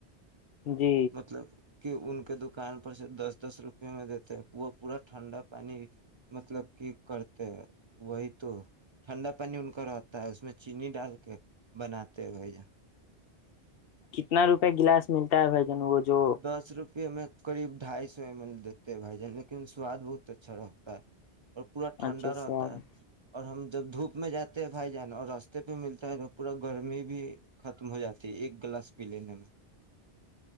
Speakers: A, on the left; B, on the right.
A: جی
B: مطلب کہ ان کے دکان پر سے دس دس روپے میں دیتے وہ پورا ٹھنڈا پانی مطلب کہ کرتے وہی تو ٹھنڈا پانی ان کا رہتا ہے اس میں چینی ڈال کے بناتے بھیا
A: کتنا روپئے گلاس ملتا ہے بھائی جان وہ جو
B: دس روپے میں قب ڈھائی سو ایم ایل دیتے ہیں بھائی جان لیکن سواد بہت اچھا رہتا ہے اور پورا ٹھنڈا
A: اچھا سب
B: رہتا ہے اور ہم جب دھوپ میں جاتے ہیں بھائی جان اور راستے پہ ملتا ہے تو پورا گرمی بھی ختم ہو جاتی ہے ایک گلاس پی لینے میں